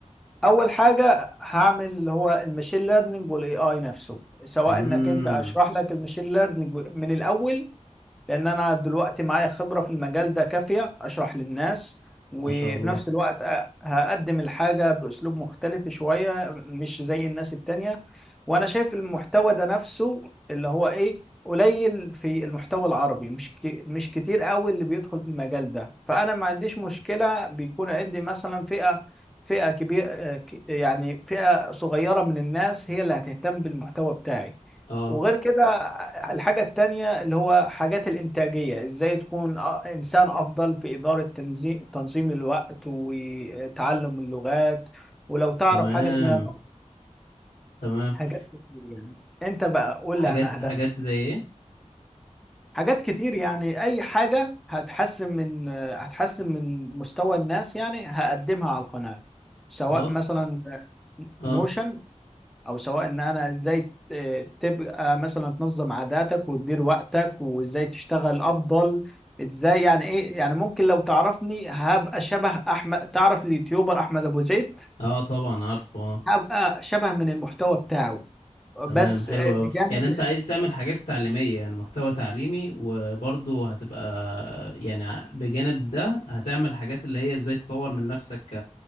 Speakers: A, in the centre; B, on the left (about 80°).
A: اول حاجه هعمل اللي هو المشين ليرنينج والاي اي نفسه سواء
B: امم
A: انك انت اشرح لك المشين ليرنينج من الاول لان انا دلوقتي معايا خبرة في المجال ده كافية اشرح للناس وفي
B: ما شاء الله
A: نفس الوقت أ- هقدم الحاجة باسلوب مختلف شوية مش زي الناس التانية وانا شايف المحتوى ده نفسه اللي هو ايه قليل في المحتوى العربي مش ك... مش كتير قوي اللي بيدخل في المجال ده فانا ما عنديش مشكلة بيكون عندي مثلا فئة فئة كبيرة يعني فئة صغيرة من الناس هي اللي هتهتم بالمحتوى بتاعي
B: اه
A: وغير كده الحاجة التانية اللي هو حاجات الإنتاجية إزاي تكون أ- إنسان أفضل في إدارة تنظيم تنظيم الوقت وتعلم اللغات ولو تعرف
B: تمام
A: حاجة اسمها
B: تمام
A: حاجات كتير يعني أنت بقى قول
B: حاجات
A: لي عن أهداف
B: حاجات زي ايه
A: حاجات كتير يعني أي حاجة هتحسن من هتحسن من مستوى الناس يعني هقدمها على القناة سواء
B: خلاص
A: مثلا
B: اه
A: نوشن او سواء ان انا ازاي ت- تبقى مثلا تنظم عاداتك وتدير وقتك وازاي تشتغل افضل ازاي يعني ايه يعني ممكن لو تعرفني هبقى شبه احمد تعرف اليوتيوبر احمد ابو زيد
B: اه طبعا عارفه اه
A: هبقى شبه من المحتوى بتاعه بس
B: تمام حلو قوي
A: بجانب
B: يعني انت عايز تعمل حاجات تعليمية يعني محتوى تعليمي وبرضه هتبقى يعني بجانب ده هتعمل حاجات اللي هي ازاي تطور من نفسك